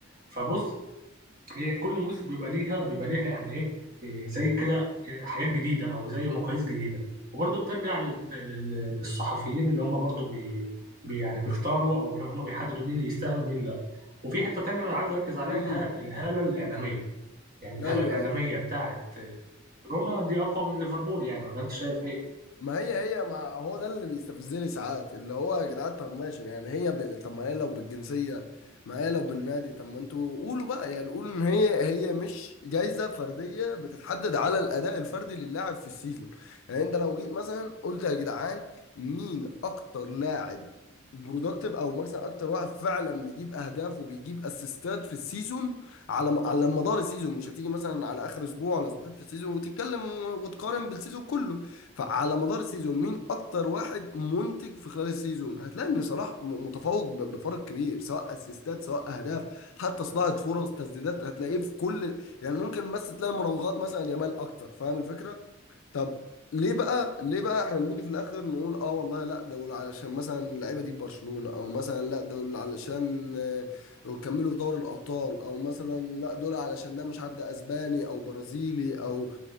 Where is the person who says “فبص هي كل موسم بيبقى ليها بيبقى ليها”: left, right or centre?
Right